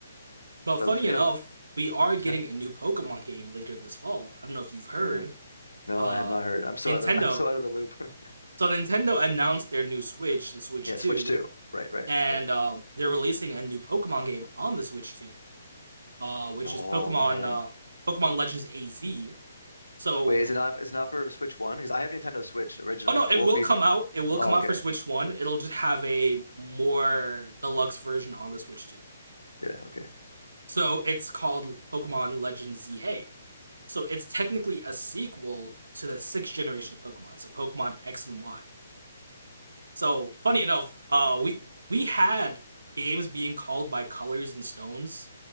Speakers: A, on the right; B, on the left.
A: But funny
B: But yeah,
A: enough, we are getting
B: yeah,
A: a new Pokemon game later this fall. I don't know if you've heard.
B: man, no,
A: Uh
B: I have not heard. I'm so
A: Nintendo.
B: out of <laughs> I'm so out of the loop. <laughs>
A: So Nintendo announced their new Switch, the Switch
B: Yeah,
A: 2,
B: Switch two, right, right,
A: and
B: yeah.
A: um, they're releasing a new Pokemon game on the Switch 2, uh, which
B: Oh
A: is Pokemon
B: man.
A: uh, Pokemon Legends AZ. So,
B: Wait, is it not is it not for Switch One? Because I have Nintendo Switch original.
A: oh no, it
B: It won't
A: will
B: be
A: come
B: for
A: out. It will come
B: Oh,
A: out
B: okay.
A: for Switch 1. It'll just have a more deluxe version on the Switch 2.
B: Yeah, okay.
A: So it's called Pokemon Legends ZA. So it's technically a sequel to the sixth generation of Pokemon, so Pokemon X and Y. So funny enough, uh, we we had games being called by colors and stones